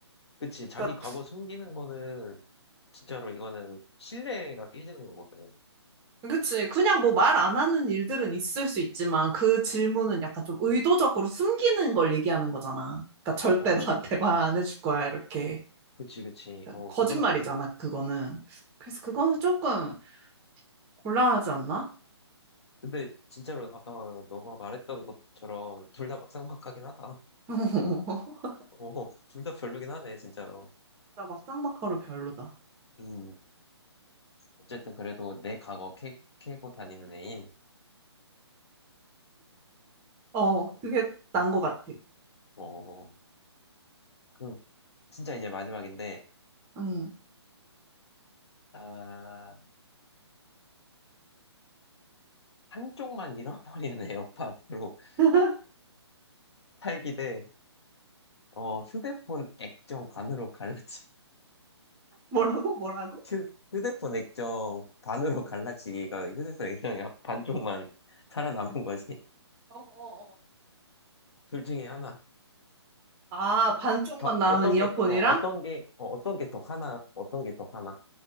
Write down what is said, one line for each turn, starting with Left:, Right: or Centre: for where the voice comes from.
Left: 그치. 자기
Right: 그러니까
Left: 과거 숨기는 거는 진짜로 이거는 신뢰가 깨지는 거거든.
Right: 그치. 그냥 뭐 말 안 하는 일들은 있을 수 있지만 그 질문은 약간 좀 의도적으로 숨기는 걸 얘기하는 거잖아. 그러니까 절대
Left: 어,
Right: 나한테 말 안 해줄 거야 이렇게.
Left: 그치, 그치.
Right: 그러니까
Left: 어,
Right: 거짓말이잖아,
Left: 그러네.
Right: 그거는. 그래서 그거는 조금 곤란하지 않나?
Left: 근데 진짜로 아까 너가 말했던 것처럼 둘 다 막상막하긴 하다. <laughs>
Right: <laughs>
Left: 어, 둘 다 별로긴 하네, 진짜로.
Right: 나 막상 막하로 별로다.
Left: 음, 어쨌든 그래도 내 과거 캐, 캐고 다니는 애인.
Right: 어, 그게 난 것 같아.
Left: 어, 그럼 진짜 이제 마지막인데,
Right: 응.
Left: 아, 한쪽만 잃어버리는 애역판으로 <laughs>
Right: <laughs>
Left: 살기 대, 어, 휴대폰 액정 반으로 갈라치
Right: 뭐라고? 뭐라고?
Left: 휴, 휴대폰 액정 반으로 <laughs> 갈라치기가 휴대폰 액정이 반쪽만 살아남은 거지.
Right: 어, 어, 어.
Left: 둘 중에 하나.
Right: 아, 반쪽만
Left: 더,
Right: 남은
Left: 어떤
Right: 이어폰이랑
Left: 게, 더- 어, 어떤 게, 어, 어떤 게 더 하나, 어떤 게 더 하나.